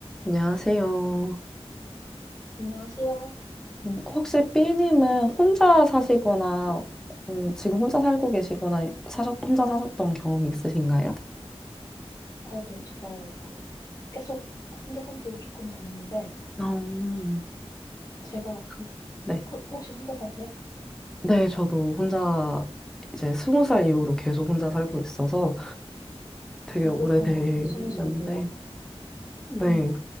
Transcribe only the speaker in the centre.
안녕하세요.
음, 혹시 B님은 혼자 사시거나, 음, 지금 혼자 살고 계시거나, 사셨, 혼자 사셨던 경험이 있으신가요?
어,
그, 네.
네, 저도 혼자 이제 스무 살 이후로 계속 혼자 살고 있어서 되게
오래됐는데,
네.